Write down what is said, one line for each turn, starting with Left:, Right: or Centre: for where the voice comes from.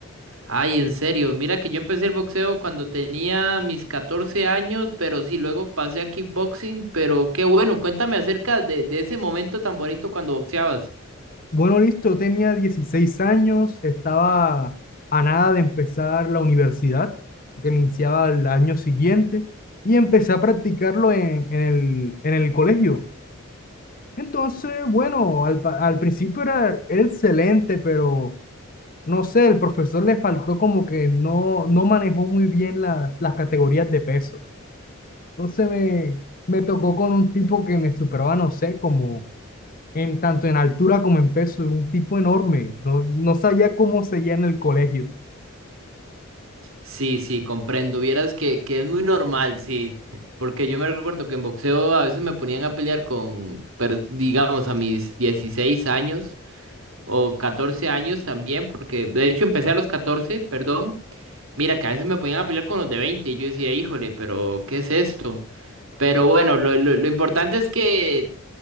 Right: Ay, en serio, mira que yo empecé el boxeo cuando tenía mis 14 años, pero sí, luego pasé a kickboxing, pero qué bueno, cuéntame acerca de, de ese momento tan bonito cuando boxeabas.
Left: Bueno, listo, yo tenía 16 años, estaba a nada de empezar la universidad, que iniciaba el año siguiente, y empecé a practicarlo en, en el, en el colegio. Entonces, bueno, al, pa- al principio era era excelente, pero... no sé, el profesor le faltó como que no, no manejó muy bien la- las categorías de peso. Entonces me, me tocó con un tipo que me superaba, no sé, como en tanto en altura como en peso, un tipo enorme. No, no sabía cómo seguía en el colegio.
Right: Sí, sí, comprendo. Vieras que, que es muy normal, sí. Porque yo me recuerdo que en boxeo a veces me ponían a pelear con, pero digamos a mis 16 años o 14 años también, porque de hecho empecé a los catorce. perdón. Mira que a veces me ponían a pelear con los de veinte. y yo decía, híjole, pero ¿qué es esto? Pero bueno, lo, lo, lo importante es que